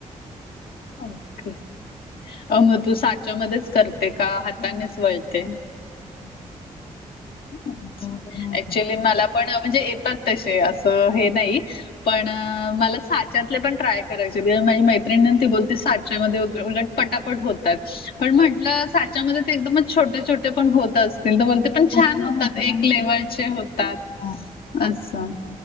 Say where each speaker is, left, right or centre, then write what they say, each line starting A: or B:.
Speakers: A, on the left (about 75°); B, on the left (about 45°).
A: ओके अ मग तू साच्यामध्येच करते का हातानेच
B: नाही नाही
A: वळते.
B: हातानेच करते.
A: अच्छा
B: आता वगैरे नाही
A: ऍक्च्युली
B: करत.
A: मला पण म्हणजे येतात तसे असं हे नाही. पण मला सा तले पण ट्राय करायचे ते माझी मैञिणी ते बोलते साचामध्ये उलट पटापट होतात. पण म्हटलं साच्यामध्ये ते एकदमच छोटे छोटे पण होत असतील तर बोलते पण
B: छोटे
A: छान होतात
B: पण
A: एक
B: आणि
A: लेवल
B: कधी कधी
A: चे होतात
B: हा
A: असं